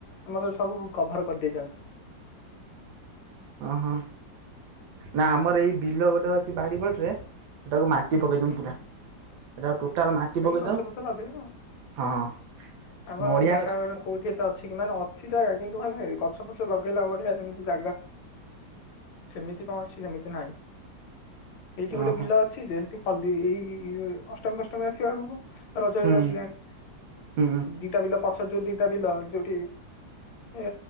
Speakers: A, on the left; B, on the right.
A: ଆମର ସବୁ କଭର କରିଦେଇଛନ୍ତି।
B: ଅହଁ, ନା ଆମର ଏଇ ବିଲ ଗୋଟେ ଅଛି ବାଡିପଟରେ ହେଟାକୁ ମାଟି
A: ହୁଁ
B: ପକେଇଦମୁଁ
A: ହୁଁ
B: ପୂରା। ହେଟା କୁ ଟୋଟାଲ୍ ମାଟି ପକେଇ
A: ଗଛ
B: ଦଉଁ,
A: ପଛ ଲଗେଇବା ଆଉ।
B: ହଁ
A: ଆମର
B: ନଡିଆ
A: ଜାଗା
B: ଗଛ
A: କୋଉଠି ଏତେ ଅଛି କି ମାନେ, ଅଛି ଜାଗା କିନ୍ତୁ ମାନେ ଗଛ ଫଛ ଲଗେଇଲା ଭଳିଆ ଏମିତି ଜାଗା ସେମିତି କଣ ଅଛି? ସେମିତି ନାହିଁ। ଏଇଠି ଗୋଟେ
B: ଓହୋ
A: ବିଲ ଅଛି ଯେ, ହେଠି ହଳଦୀ ଏଇ, ଅଷ୍ଟମୀ ଫଷ୍ଟମୀ ଆସିବ ଆଗକୁ ରଜ
B: ହୁଁ
A: ହେଇ ଆସିଲାଣି,
B: ହୁଁ
A: ଦିଟା ବିିଲ ପଛ ଜୋଉ ଦିଟା ବିିଲ ଯଉଠି ଏ